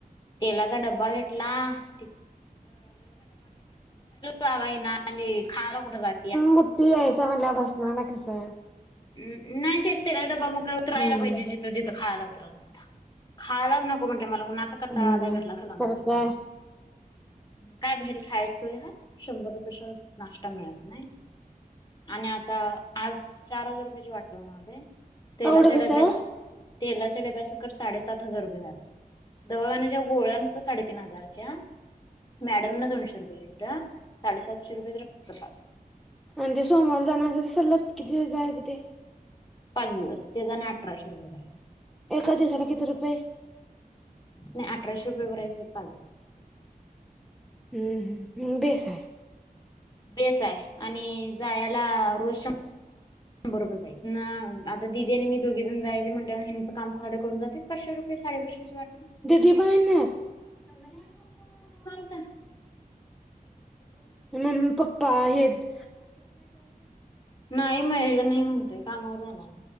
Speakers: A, on the left; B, in the centre.
A: तेलाचा डब्बा घेतला ती जागा येईना आणि खायला कुठं जातीया
B: मोठी यायचा म्हणल्यावर भाषणाला काय कस हाय?
A: हम नाही ते तेलाचा ड्बा मग उतरायला
B: हम्म
A: पाहिजे जिथं जिथं खायाला उतरल तिथं खायलाच नको म्हटलं मला उन्हाचा कटाळा
B: हम्म
A: आला घरला चला म्हटलं
B: तर
A: पहिले
B: काय
A: काय बायर खायची सोय हाय शंभर रुप कशात नाश्ता मिळत नाही. आणि आता आज चार हजार रुपयाची वाट लावून आलोय तेलाच्या
B: एवढं कसं
A: डब्यास तेलाच्या डब्यासकट साडेसात हजार रुपय <unintelligible> दवाखान्याच्या गोळ्या नुसत्या साडेतीन हजारच्या मॅडम न दोनशे रुपये घेतलं साडेसातशे रुपये तर तपास
B: म्हजे सोमवार जाणार <unintelligible> किती दिवस जायचं ते?
A: पाच दिवस त्याजा न आठ रिकामा ऑडिओ
B: एका दिवसाला किती रुपय?
A: नाय अठराशे रुपये भरायचंत पाच दिवस
B: हूं
A: असं आहे
B: हूं
A: ते.
B: हूं बेस हाय
A: बेस हाय आणि जाया ला रोज शं बरोबर बाई नाव आता दिदी आणि मी दोघीजण जायाचे म्ह त्या हयाचं काम खाडा करून जातेच पाचशे साडेपाचशेची वा
B: दिदी बायण संग न्यायला नको मग
A: रिकामा ऑडिओ
B: मम्मी पप्पा आहेत <unintelligible>
A: नाही महेश नाही म्हणतोय कामावर जाणार